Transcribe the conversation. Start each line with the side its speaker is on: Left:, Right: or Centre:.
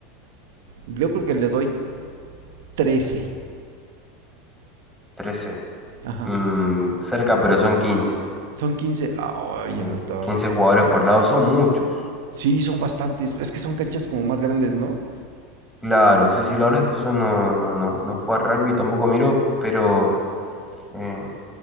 Right: Yo creo que le doy trece
Centre: trece
Right: Ajá.
Centre: Mm, cerca, pero son quince
Right: Son quince Ay,
Centre: Sí,
Right: en la torre.
Centre: 15 jugadores por lado son muchos.
Right: Sí, son bastantes. Es que son canchas como más grandes, ¿no?
Centre: Claro, sí, sí, la verdad es que yo no, no, no, no juego a rugby, tampoco miro, pero eh,